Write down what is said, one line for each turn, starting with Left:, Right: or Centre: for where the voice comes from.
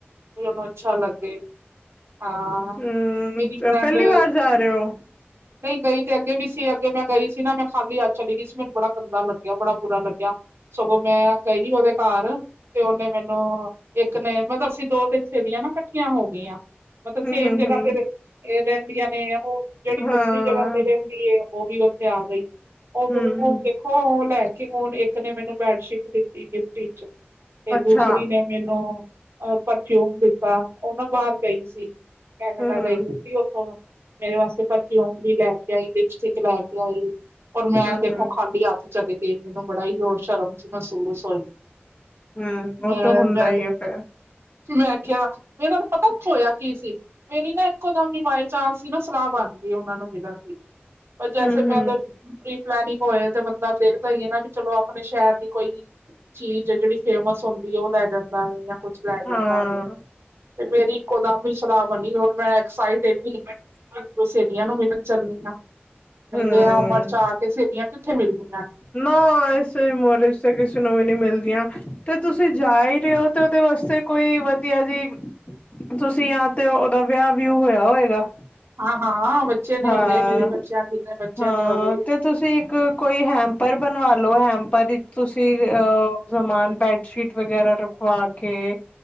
Right: ਕਿ ਉਹਨੂੰ ਅੱਛਾ ਲੱਗੇ। ਹਾਂ,
Left: ਹੂੰ,
Right: ਮੇਰੀ ਫਰੇਂਡ
Left: ਪਹਿਲੀ ਵਾਰ ਜਾ ਰਹੇ ਹੋ?
Right: ਨਈ ਗਈ ਤੇ ਅੱਗੇ ਵੀ ਸੀ। ਅੱਗੇ ਮੈਂ ਗਈ ਸੀ ਨਾ, ਮੈਂ ਖਾਲੀ ਹਾਥ ਚਲੀ ਗਈ ਸੀ, ਮੈਨੂੰ ਬੜਾ ਗੰਦਾ ਲੱਗੇਆ, ਬੜਾ ਬੁਰਾ ਲੱਗਿਆ। ਸਗੋਂ, ਮੈਂ ਗਈ ਉਹਦੇ ਕਾਰ ਤੇ ਔਨੇ ਮੈਨੂੰ, ਇੱਕ ਨੇ ਮਤਲਬ ਅਸੀਂ ਦੋ, ਤਿੰਨ ਸੇਲੀਆਂ ਨਾ ਕੱਠੀਆਂ ਹੋ ਗਈਆਂ। ਮਤਲਬ
Left: ਹੂੰ-ਹੂੰ-ਹੂੰ,
Right: ਸੇਮ ਜਗ੍ਹਾ ਤੇ, ਏ ਰਹਿੰਦੀਆਂ ਨੇ ਉਹ ਜਿਹੜੀ ਦੂਸਰੀ
Left: ਹਾਂ,
Right: ਜਗ੍ਹਾ ਤੇ ਰੇਂਦੀ ਏ, ਉਹ ਵੀ ਔਥੇ ਆ ਗਈ। ਉਹ
Left: ਹੂੰ,
Right: <unintelligible> ਹੋ ਔ ਲੈ ਕੇ, ਔਣ ਏਕ ਨੇ ਮੈਨੂੰ ਬੈਡਸ਼ੀਟ ਦਿੱਤੀ ਗਿਫਟੀ ਇੱਚ। ਤੇ
Left: ਅੱਛਾ,
Right: ਦੂਸਰੀ ਨੇ ਮੈਨੂੰ, ਅਹ ਪਰਫਿਊਮ ਦਿੱਤਾ। ਉਹ ਨਾ ਬਾਹਰ ਗਈ ਸੀ। ਕੈਨੇਡਾ
Left: ਹੂੰ-ਹੂੰ,
Right: ਗਈ ਹੋਈ ਸੀ, ਔਥੋਂ ਮੇਰੇ ਵਾਸਤੇ ਪਰਫਿਊਮ ਵੀ ਲੈ ਕੇ ਆਈ, ਲਿਪਸਟਿਕ ਲੈ ਕੇ ਆਈ, ਔਰ ਮੈਂ
Left: ਹੂੰ-ਹੂੰ,
Right: ਦੇਖੋ
Left: ਹੂੰ
Right: ਖਾ ਖਾਲੀ ਹਾਥ ਚਲੇ ਗਈ, ਮੈਨੂੰ ਬੜਾ ਈ ਉਹ, ਸ਼ਰਮ ਜੀ ਮਹਿਸੂਸ ਹੋਈ।
Left: ਹੂੰ ਹੂੰ
Right: ਹੈਂ,
Left: ਉਹ ਤੇ ਹੁੰਦਾ
Right: ਮੈਂ
Left: ਹੀ
Right: ਤੇ
Left: ਹੈ ਫੇਰ,
Right: ਮੈਂ ਕੇਆ, ਏਹਨਾਂ ਨੂੰ ਪਤਾ ਔਥੇ ਹੋਇਆ ਕੀ ਸੀ? ਮੇਰੀ ਨਾ ਇੱਕੋ ਦਮ ਵੀ, ਬਾਏ ਚਾਂਸ ਈ ਨਾ ਸਲਾਹ ਬਣ ਹੁੰਦੀ ਏ ਉਹਨਾਂ ਨੂੰ ਮਿਲਣ ਦੀ। ਪਰ ਜੈਸੇ
Left: ਹੂੰ-ਹੂੰ,
Right: ਪੇਹਲੇ ਪ੍ਰੀ ਪਲੈਨਿੰਗ ਹੋਏ, ਤੇ ਬੰਦਾ ਵੇਖਦਾ ਈ ਐ ਨਾ, ਵੀ ਚਲੋ ਆਪਣੇ ਸ਼ਹਿਰ ਦੀ ਕੋਈ ਚੀਜ਼ ਐ, ਜਿਹੜੀ ਫੇਮਸ ਹੁੰਦੀ ਐ, ਉਹ ਲੈ ਜਾਂਦਾ ਜਾਂ, ਕੁਛ ਲੈ ਜਾਂਦਾ।
Left: ਹਾਂ।
Right: ਤੇ ਮੇਰੀ ਇੱਕੋਦਮ ਈ ਸਲਾਹ ਬਣੀ, ਔਰ ਮੈਂ ਐਕਸਾਈਟ ਏਨੀ <unintelligible> ਸਲੀਆਂ ਨੂੰ ਮਿਲਣ ਚੱਲੀ ਆਂ। ਨਈ
Left: ਹੂੰ,
Right: ਤੇ ਏਹ ਉਮਰ ਚ ਆ ਕੇ, ਸੇਲੀਆਂ ਕਿੱਥੇ ਮਿਲਦੀ
Left: ਨਾ, ਇਸੇ ਉਮਰ ਇੱਚ ਤੇ ਕਿਸੇ ਨੂੰ ਵੀ ਨਈ ਮਿਲਦੀਆਂ। ਤੇ ਤੁਸੀਂ ਜਾ ਈ ਰਏ ਔ ਤੇ ਉਹਦੇ ਵਾਸਤੇ ਕੋਈ ਵਧੀਆ ਜੀ, ਤੁਸੀਂ ਯਾ ਤੇ ਔ ਔਹਦਾ ਵਯਾ ਵਿਊ ਹੋਇਆ ਹੋਏਗਾ?
Right: ਹਾਂ ਹਾਂ ਬੱਚੇ ਨੇ
Left: ਹਾਂ,
Right: ਉਹਦੇ ਮੇਰੇ ਬੱਚਿਆਂ ਜਿੰਨੇ ਬੱਚੇ
Left: ਹਾਂ
Right: ਨੇ ਉਹਦੇ
Left: ਤੇ ਤੁਸੀਂ ਇੱਕ ਕੋਈ ਹੇਮ ਪਰ ਬਣਵਾ ਲੋ, ਹੈਮਪਰ, ਇੱਕ ਤੁਸੀਂ ਅਹ ਸਮਾਨ ਬੈਡਸ਼ੀਟ ਵਗੈਰਾ ਰ ਖਵਾਕੇ